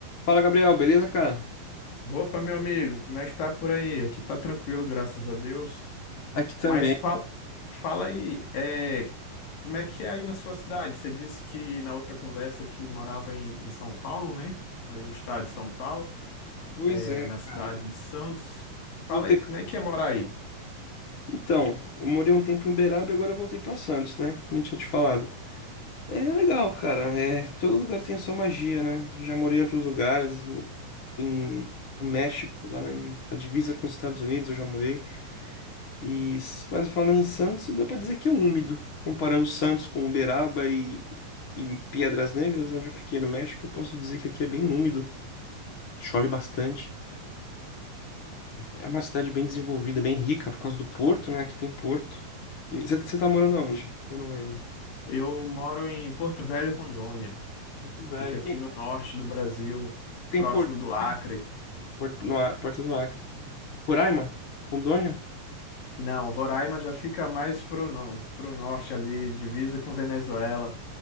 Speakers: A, on the left (about 45°); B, on the left (about 75°).
A: Fala, Gabriel, beleza, cara?
B: Opa, meu amigo, como é que tá por aí? Aqui tá tranquilo, graças a Deus.
A: Aqui também.
B: Mas fala, fala aí, é, como é que é aí na sua cidade? Você disse que na outra conversa que morava em, em São Paulo, né? Aí No estado de São Paulo,
A: Pois
B: é,
A: é,
B: na
A: cara.
B: cidade de Santos. Fala
A: Voltei.
B: aí, como é que é morar aí?
A: Então, eu morei um tempo em Uberaba e agora eu voltei pra Santos, né? Que nem tinha te falado. É legal, cara. É, todo lugar tem a sua magia, né? Já morei em outros lugares, em, em no México, lá na, em- na divisa com os Estados Unidos, eu já morei. E s- mas falando em Santos, dá pra dizer que é úmido. Comparando Santos com Uberaba e, e Piedras Negras, onde eu fiquei no México, eu posso dizer que aqui é bem úmido. Chove bastante. É uma cidade bem desenvolvida, bem rica por causa do porto, né? Aqui tem porto. E você você tá morando aonde? Eu não lembro.
B: Eu moro em Porto Velho, Rondônia.
A: Porto Velho.
B: Fica aqui
A: Tem,
B: no norte do Brasil,
A: tem
B: próximo
A: porto
B: do
A: também?
B: Acre.
A: Porto, no, A- Porto do Acre. Roraima? Rondônia?
B: Não, Roraima já fica mais pro, no, pro norte ali, divisa com Venezuela.